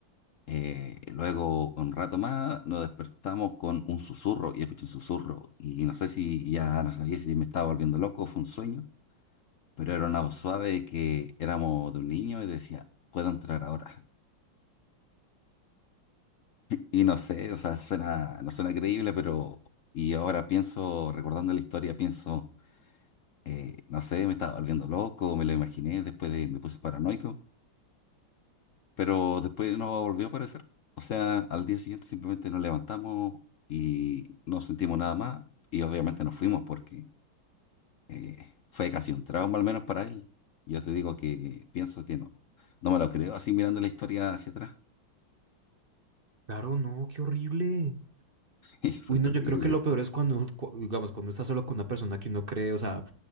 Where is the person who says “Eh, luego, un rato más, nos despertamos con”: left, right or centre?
Left